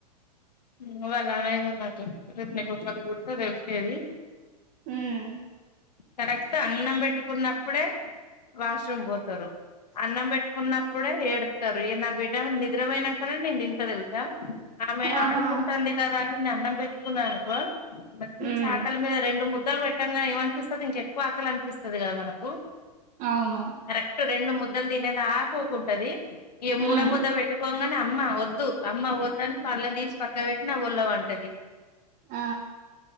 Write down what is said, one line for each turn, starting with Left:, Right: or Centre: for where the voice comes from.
Left: హ్మ్ వాళ్ళ నాన్న ఇదే మాట రేప్ నీకొక్కరు పుడితే తెలిసేది
Right: హ్మ్
Left: కరెక్ట్ అన్నం పెట్టుకున్నప్పుడే వాష్రూమ్ పోతరు అన్నం పెట్టుకున్నప్ ప్పుడే ఏడుత్తరు ఈ నా బిడ్డ నిద్రపోయినంకనే నేను తింటా తెలుసా ఆమె
Right: ఆహా
Left: ఆడుకుంటాంది కదా అని నేను అన్నం పెట్టుకున్నానుకో మంచి
Right: ఉమ్
Left: ఆకలి మీద రెండు ముద్దలు పెట్టంగానే ఏం అనిపిస్ పది ఇంక ఎక్కువ ఆకలి అనిపిస్తది కదా మనకు
Right: అవును
Left: కరెక్ట్ రెండు ముద్దలు తినేదాక ఊకుంటది ఈ మూడో
Right: ఉమ్
Left: ముద్ద పెట్టుకోంగా న అమ్మ వద్దు అమ్మ వద్దని పల్లం తీసి పక్క పెట్టి నా ఒళ్లో పంటది
Right: ఆ